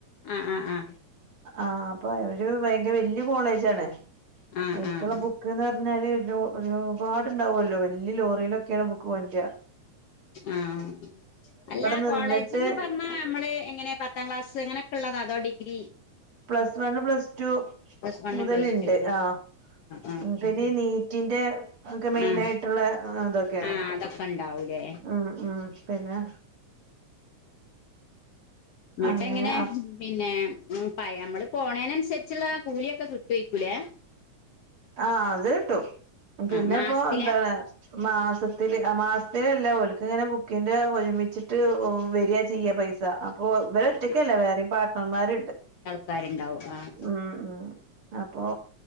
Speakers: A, on the left; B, on the right.
A: ആ ആ ആ
B: ആഹ് അപ്പൊ ഒരു ഭയങ്കര വല്യ കോളേജാണ്
A: ആഹ്
B: അയ്ൽക്ക്
A: ആഹ് ആഹ്
B: ള്ള ബുക്ക്ന്ന് പറഞ്ഞാല് ഒരു ഒരുപാട്ണ്ടാവുല്ലോ വലിയ ലോറിയിലൊക്കെയാണ് ബുക്ക് കോണ്ട്ര
A: ആഹ് അല്ല
B: നിന്നിട്ട്
A: കോളേജ്ന്ന് പറഞ്ഞാ നമ്മള് എങ്ങനെ പത്താം ക്ലാസ്സ് ങ്ങനഒക്കെ ഇള്ളതാ അതൊ degree
B: plus one plus two
A: plus one
B: മുതൽണ്ട്
A: plus two
B: ആഹ്
A: ആഹ്
B: മ് പിന്നെ
A: ആഹ്
B: ഈ നീറ്റിന്റെ ഒക്കെ മെയിൻ
A: ആഹ്
B: ആയ്ട്ട്ള്ള ഇതൊക്കേണ്
A: ആഹ് അതൊക്കെ ഉണ്ടാവൂലേ
B: അഹ് ആഹ് പിന്നെ
A: ന്നട്ട്
B: അങ്ങനെ
A: എങ്ങനെ പിന്നെ ഉം പ നമ്മള് പോണേനൻസരിച്ച്ള്ള ആ കൂലിയൊക്കെ കിട്ടേര്ക്കുലേ
B: ആഹ് അത് കിട്ടും പിന്നെപ്പോ
A: ആ മാസത്തിലാ
B: എന്താണ് മാസത്തില് മാസത്തിലല്ല ഓൽക്ക് ങ്ങനെ ബുക്കിന്റെ ഒരുമിച്ചിട്ട് വരിയാ ചെയ്യ പൈസ അപ്പൊ ഇവര്
A: ആ
B: ഒറ്റക്കല്ല വേറിം പാട്ണർമാര്ണ്ട്
A: ക്കാര് ഇണ്ടാവും ആഹ്
B: മ് മ് അപ്പൊ